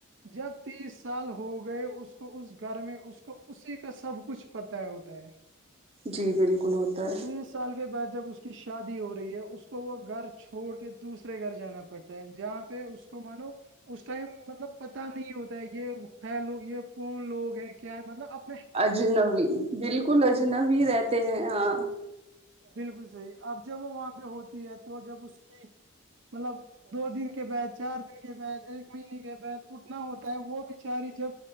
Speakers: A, on the right; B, on the right.
A: جب تیس سال ہو گئے اس کو اس گھر میں اس کو اسی کا سب کچھ پت ہوتا ہے <inaudible>
B: جی بالکل ہوتا ہے
A: تیس سال کے بعد جب اس کی شادی ہو رہی ہے اس کو وہ گھر چھوڑ کے دوسرے گھر جانا پڑتا جہاں پہ اس کو مانو اس ٹائم مطلب پتا نہیں ہوتا ہے یہ ہے لوگ یہ کون لوگ ہیں کیا ہے مطلب اب
B: اجنبی بالکل اجنبی رہتے ہیں ہاں
A: بالکل صحیح اب جب وہ وہاں پہ ہوتی ہے تو جب اس کی مطلب دو دن کے بعد چار دن کے بعد ایک مہینے کے بعد اٹنا ہوتا ہے وہ بیچاری جب